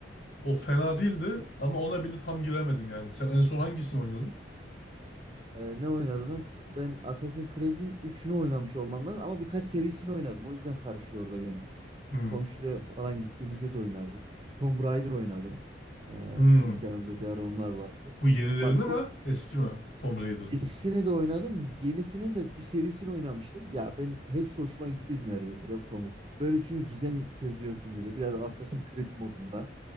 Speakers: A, on the left; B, on the right.
A: O fena değildi ama ona bile tam giremedim yani. Sen en son hangisini oynadın?
B: Ee, ne oynadım ben? Ben Assassin's Creed'in üçünü oynamış olmam lazım ama birkaç serisini oynadım. O yüzden karışıyor orada benim.
A: Hmm.
B: Komşuya falan gittiğimizde de oynardım. Tomb Raider oynadım. Ee,
A: Hmm.
B: bilgisayarımızda bir ara onlar vardı.
A: Bu yenilerini
B: Bak
A: mi?
B: o
A: Eski mi? Tomb Raider'ın.
B: eskisini de oynadım. Yenisinin de bir serisini oynamıştım. Ya ben hepsi hoşuma gitti neredeyse ya bu Tomb Raider. Böyle çünkü gizem çözüyorsun gibi. Biraz Assassin's Creed modunda.